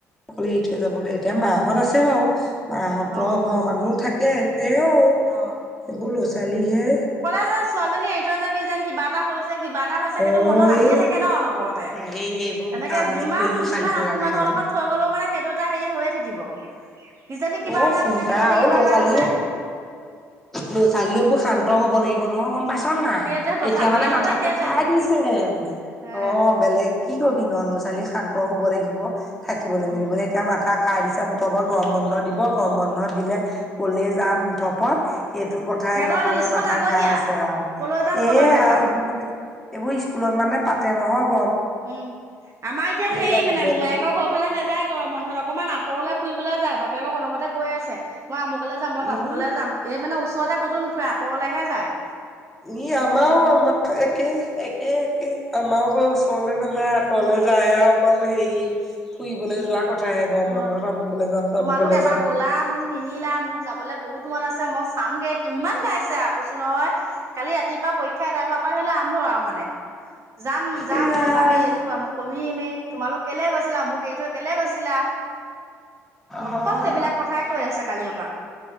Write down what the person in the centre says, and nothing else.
অকলে এৰি থৈ যাবলৈ এতিয়া মাহত আছে বাৰু। মাহঁতৰ
ঘৰৰ মানুহ থাকে তেও এইবোৰ
ল'ৰা- ছোৱালীহে
অ
এই
আহি এইবোৰ
কাম
বন কৰিও
শান্তি
নালাগে
নহয়
এ
চিন্তা
আৰু
ল'ৰা
ছোৱালীও
ল'ৰা -ছোৱালীবোৰ শান্ত হ'ব লাগিব নহয়। পাইছনে নাই,
এতিয়া
মানে মাথাটো
খাই
দিছে।
অ বেলেগ কি কবি নু ল'ৰা- ছোৱালী শান্ত হ'ব লাগিব। থাকিবলৈ
মেলিবলৈ এতিয়া মাথা খাই দিছে মুঠৰ ওপৰত গৰম বন্ধ দিব গৰম বন্ধ দিলে কলে যাম মুঠৰ ওপৰত সেইটো কথা
একদম মানে
মাথা
খাই আছে আৰু
এ
আৰু এইবোৰ মানে এইবোৰ স্কুলত মানে পাতে নহওক
যাই
নিজনীয়ে
উম
ই আমাৰো আমাৰ একে একে একে আমাৰো ঘৰ ওচৰলে নাযায় আঁতৰল যায় অকল হেৰি ফুৰিবলৈ যোৱা কথাহে গৰম বন্ধত
আমুকলে যাম তামুকলে
যাম।
সেয়াই
হয়